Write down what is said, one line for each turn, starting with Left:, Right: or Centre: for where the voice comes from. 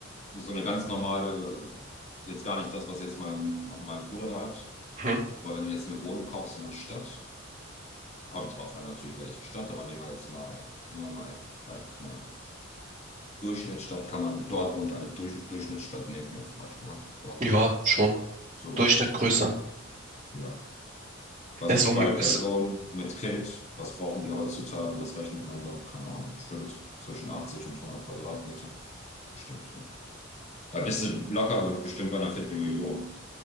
Left: so eine ganz normale, jetzt gar nicht das, was jetzt mein, mein Bruder da hat,
Right: mhm.
Left: aber wenn du jetzt eine Wohnung kaufst in der Stadt, kommt drauf an natürlich, welche Stadt, aber nehmen wir jetzt mal, nehmen wir mal vielleicht eine Durchschnittsstadt, kann man Dortmund als Durch, Durchschnittsstadt nehmen, ja, vielleicht, oder? Dortmund,
Right: Ja, schon.
Left: sowas,
Right: Durchschnitt größer.
Left: ja. Was
Right: Er ist um,
Left: zwei
Right: ist
Left: Personen mit Kind, was brauchen die heutzutage? Was rechnet man da? Keine Ahnung, bestimmt zwischen 80 und 100 Quadratmeter. Bestimmt. Ne? Da bist du locker bestimmt bei einer Viertelmillion